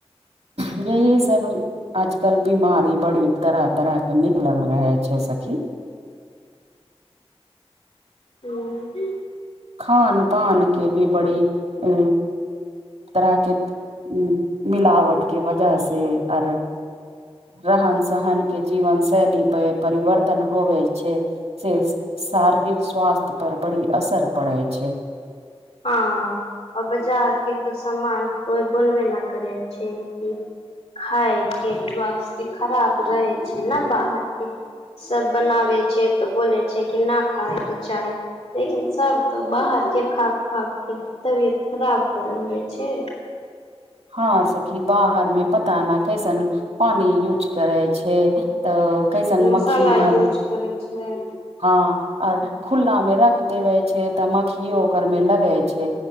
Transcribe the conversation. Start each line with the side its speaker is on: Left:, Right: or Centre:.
Right: यही सब आजकल बीमारी बड़ी तरह तरह के निकलल रहै छै सखी
Left: हूंम्म
Right: खान पान के भी बड़ी उ तरहके उ मिलवट के वजह से आर रहन सहन के जीवन शैली पे परिवर्तन होवै छै से शारीरिक स्वास्थ्य पर बड़ी असर पड़ै छै
Left: हँ आ बाजार के तो सामान कोई बोलबे न करै छै कि खायके स्वास्थ्य खराब रहै छै ने बाहरके सब बनाबै छै तऽ बोलै छै कि नहि खाय के चाही लेकिन सब तो बाहर के खा खा के तबियत खराब कर लै छै
Right: हँ सखी बाहरमे पता नहि कैसन पानी यूज करै छै तऽ कैसन
Left: मसाला
Right: मक्खी भन
Left: यूज करै छियै
Right: हँ आर खुल्ला मे रख देवै छै तऽ मक्खियो ओकर मे लगै छै